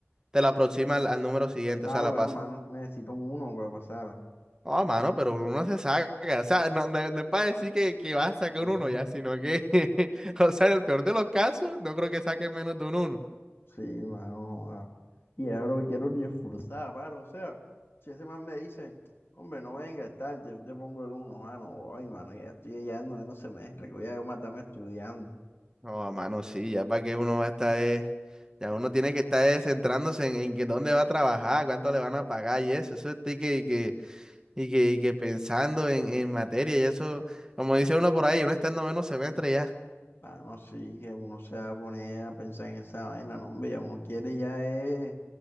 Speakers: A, on the right (about 15°); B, on the left (about 60°).
A: te lo aproxima al, al número siguiente,
B: Ah,
A: o sea, la
B: bueno,
A: pasa.
B: mano, necesito un uno para pasarla.
A: Ah, mano, pero uno no se saca. O sea, no, no- no es para decir que, que vas a sacar
B: Ujú.
A: un uno ya, sino que, <laughs> o sea, en el peor de los casos, no creo que saques menos de un uno.
B: Sí, mano. joda. Y ahora me quiero ni esforzar, para, o sea, si ese man me dice, hombre, no venga, tal, yo te pongo el uno, mano, ay, mano, ya estoy ya no, no se mezcla, que voy a yo matarme estudiando.
A: No, a mano, sí, ya para qué uno va a estar, eh, ya uno tiene que estar eh, centrándose en, en que dónde va a trabajar, cuánto le van a pagar y eso, eso estoy que, que, y que, y que pensando en, en materia y eso, como dice uno por ahí, uno está en noveno semestre ya.
B: Mano sí, que uno se va a poner a pensar en esa vaina, no, hombre, ya uno quiere ya es,